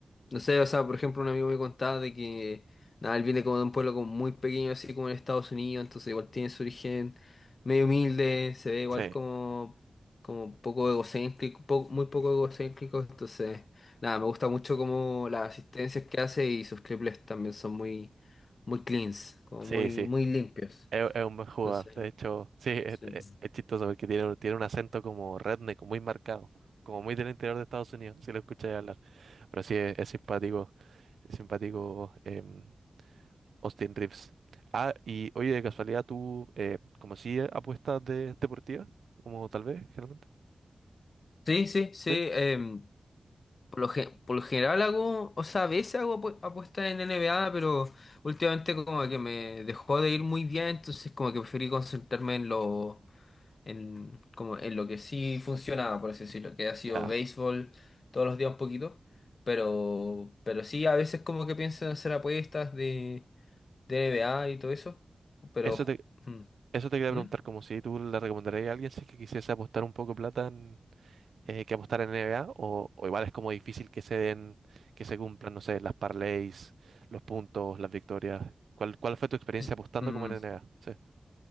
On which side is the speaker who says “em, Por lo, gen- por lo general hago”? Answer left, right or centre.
Left